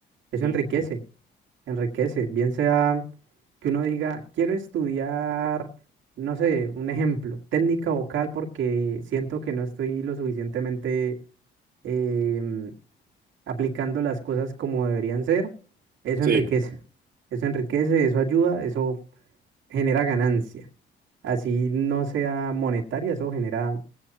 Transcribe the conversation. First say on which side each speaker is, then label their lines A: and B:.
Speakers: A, on the right; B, on the right.
A: eso
B: Mm,
A: enriquece,
B: mm.
A: enriquece. Bien sea que uno diga, quiero estudiar, no sé, un ejemplo, técnica vocal porque siento que no estoy lo suficientemente em, aplicando las cosas como deberían ser. Eso
B: Sí,
A: enriquece, eso enriquece, eso ayuda, eso genera ganancia. Así no sea monetaria, eso genera,